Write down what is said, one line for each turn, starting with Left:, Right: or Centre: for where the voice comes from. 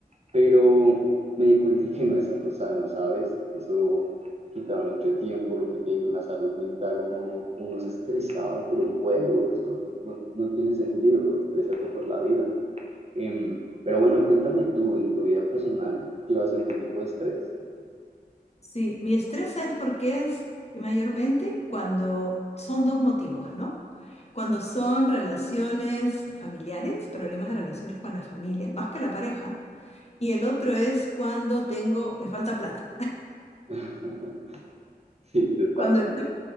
Right: pero me di cuenta que no es algo sano, ¿sabes? Eso quitaba mucho tiempo, lo que te digo, en la salud mental uno, uno se estresaba por un juego, eso no, no- no tiene sentido, estrésate por la vida. Em, pero bueno, cuéntame tú, en tu vida personal, ¿llevas algún tipo de estrés?
Left: Sí, mi estrés, ¿sabes por qué es mayormente? Cuando son dos motivos, ¿no? Cuando son relaciones familiares, problemas de relaciones con la familia, más que la pareja. Y el otro es cuando tengo, me falta plata.
Right: <laughs> Sí, totalmente.
Left: Cuando el